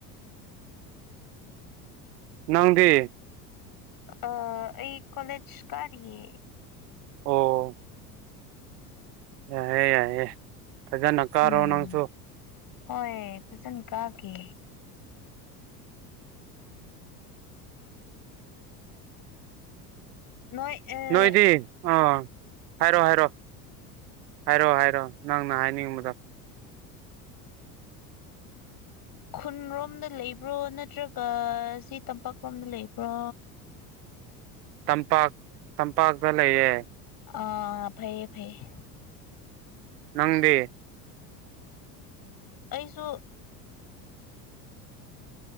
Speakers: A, on the right; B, on the left.
A: ꯅꯪꯗꯤ
B: ꯑꯥ ꯑꯩ ꯀꯣꯂꯦꯖ ꯀꯥꯔꯤꯌꯦ
A: ꯑꯣꯑꯣ ꯌꯥꯏꯌꯦ ꯌꯥꯏꯌꯦ ꯐꯖꯅ ꯀꯥꯔꯣ
B: ꯎꯝ
A: ꯅꯪꯁꯨ
B: ꯍꯣꯏ ꯐꯖꯅ ꯀꯥꯒꯦ ꯅꯣꯏ ꯑꯦ
A: ꯅꯣꯏꯗꯤ ꯑꯥ ꯍꯥꯏꯔꯣ-ꯍꯥꯏꯔꯣ ꯍꯥꯏꯔꯣ ꯍꯥꯏꯔꯣ ꯅꯪꯅ ꯍꯥꯏꯅꯤꯡꯕꯗꯣ
B: ꯈꯨꯟꯔꯣꯝꯗ ꯂꯩꯕ꯭ꯔꯣ ꯅꯠꯇ꯭ꯔꯒ ꯁꯤ ꯇꯝꯄꯥꯛꯔꯣꯝꯗ ꯂꯩꯕ꯭ꯔꯣ
A: ꯇꯝꯄꯥꯛ-ꯇꯝꯄꯥꯛꯇ ꯂꯩꯌꯦ
B: ꯑꯥ ꯐꯩꯌꯦ- ꯐꯩꯌꯦ
A: ꯅꯪꯗꯤ
B: ꯑꯩꯁꯨ